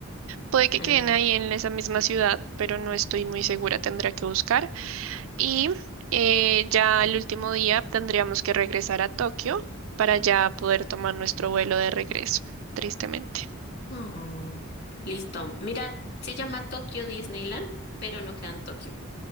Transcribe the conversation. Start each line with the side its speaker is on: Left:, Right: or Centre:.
Right: Puede que
Left: em,
Right: queden ahí en esa misma ciudad, pero no estoy muy segura, tendré que buscar. Y eh, ya el último día tendríamos que regresar a Tokio para ya poder tomar nuestro vuelo de regreso, tristemente.
Left: Oh, listo. Mira, se llama Tokyo Disneyland, pero no queda en Tokio.